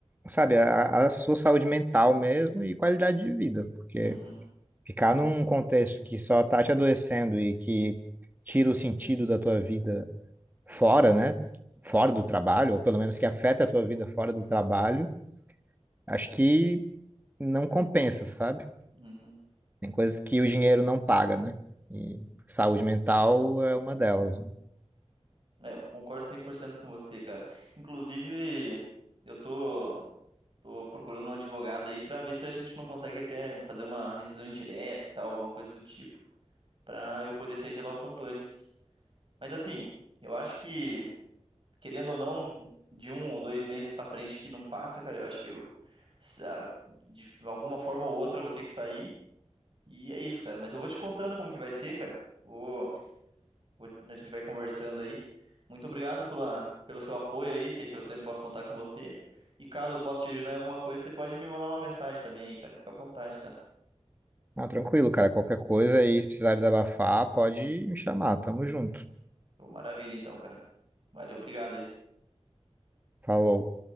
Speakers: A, on the right (about 15°); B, on the right (about 50°).
A: sabe, a, a sua saúde mental mesmo e qualidade de vida, porque
B: uhum,
A: ficar num contexto que só tá te adoecendo e que tira o sentido da tua vida fora, né? Fora do trabalho, ou pelo menos que afeta a tua vida fora do trabalho, acho que não compensa, sabe?
B: uhum.
A: Tem coisas que o dinheiro não paga, né? E saúde mental é uma delas.
B: É, eu concordo 100% com você, cara. Inclusive, eu tô, tô procurando um advogado aí pra ver se a gente não consegue até fazer uma rescisão indireta e tal, alguma coisa do tipo, pra eu poder sair de lá o quanto antes. Mas assim, eu acho que, querendo ou não, de um ou dois meses pra frente que não passa, cara, eu acho que eu sa- de alguma forma ou outra eu vou ter que sair. E é isso, cara. Mas eu vou te contando como que vai ser, cara. Vou, vou- a gente vai conversando aí. Muito obrigado pela, pelo seu apoio aí. Sei que eu sempre posso contar com você. E caso eu possa te ajudar em alguma coisa, você pode me mandar uma mensagem também aí, cara. Fica à vontade, tá?
A: Não, tranquilo, cara, qualquer coisa aí, se precisar desabafar, pode me chamar, tamo junto.
B: Pô, maravilha, então, cara. Valeu, obrigado aí.
A: Falou.